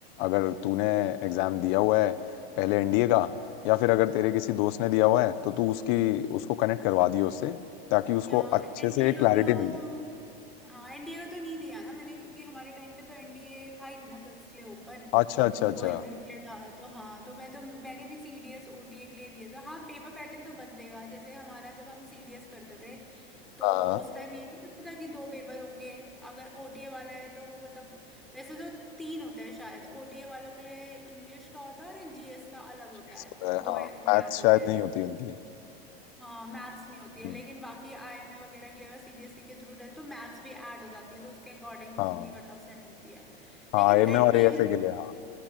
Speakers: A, on the left; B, in the centre.
A: अगर तूने एग्ज़ाम दिया हुआ है पहले एनडीए का या फिर अगर तेरे किसी दोस्त ने दिया हुआ है तो तू उसकी उसको कनेक्ट करवा दियो उससे ताकि उसको
B: यार
A: अच्छे
B: एनडीए
A: से क्लैरिटी
B: का तो
A: मिल जाए
B: हाँ एनडीए का तो नहीं दिया ना मैंने क्योंकि हमारे टाइम पे तो एनडीए था ही नहीं ना गर्ल्स के लिए ओपन
A: अच्छा अच्छा अच्छा
B: बॉयज के लिए था तो हाँ तो मैं तो मैंने भी सीडीएस ओटीए के लिए दिया था हाँ पेपर पैटर्न तो बदलेगा जैसे हमारा जब हम सीडीएस करते थे तो
A: हाँ
B: उस टाइम ये नहीं होता था कि दो पेपर होंगे अगर ओटीए वाला है तो मतलब वैसे तो तीन होते हैं शायद ओटीए वालों के लिए इंग्लिश का होता है और एक जीएस का अलग होता
A: ये
B: है
A: सब है
B: दो
A: हाँ
B: एग्जाम
A: मैथ्स
B: होते
A: शायद
B: हैं
A: नहीं होती उनकी
B: हाँ मैथ्स नहीं होती है
A: हम्म,
B: लेकिन बाकी आईएमए वगैरह के लिए अगर सीडीएसई के थ्रू रहे तो मैथ्स भी ऐड हो जाती है तो उसके अकॉर्डिंग
A: हाँ
B: उनकी कट ऑफ सेट होती है लेकिन
A: हाँ एम
B: एनडीए
A: ए और एएफए
B: में ना
A: के लिए हाँ